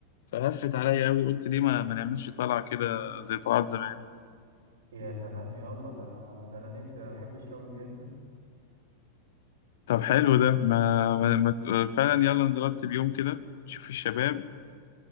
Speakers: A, on the left; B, on the right.
A: فهفت عليا قوي قلت ليه ما, ما نعملش طلعة كده زي طلعات زمان
B: يا سلام يلا ده انا ده انا نفسي انا بحب الشوي جدا
A: طب حلو ده ما, ما, ما ت- فعلا يلا نرتب يوم كده نشوف الشباب